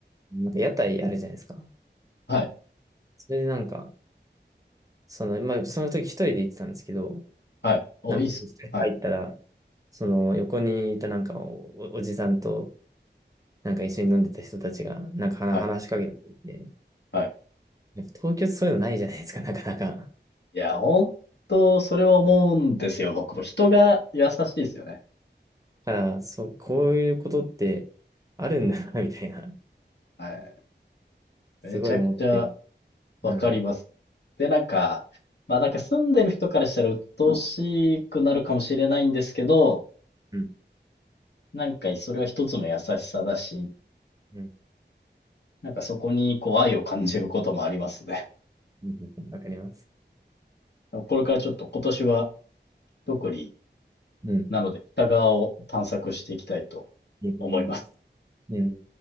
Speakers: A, on the right; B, on the left.
A: なんか屋台あるじゃないですか。
B: はい、
A: それでなんか、その、まあ、その時一人で行ってたんですけど、
B: はい。お、
A: なんか一人で入ったら、
B: いいっす。はい。
A: その横にいたなんかお、おじさんとなんか一緒に飲んでた人たちがなんか話話しかけてきて、
B: はい、はい。
A: やっぱ東京ってそういうのないじゃないですか、なかなか。
B: いや、本当それは思うんですよ。僕も人が優しいですよね。
A: だから、そう、こういうことってあるんだな、
B: うん。
A: みたいな、
B: はい。めちゃくちゃ
A: すごい思って。
B: わかります。
A: うん、
B: で、なんか、ま、なんか住んでる人からしたら鬱陶しくなるかもしれないんですけど、
A: うん、
B: なんかそれは一つの優しさだし、
A: うん。
B: なんかそこにこう愛を感じることもありますね。
A: うんわかります。
B: これからちょっと今年は特に、
A: うん、
B: なので北側を探索していきたいと
A: いいと思います。
B: 思います。
A: うん。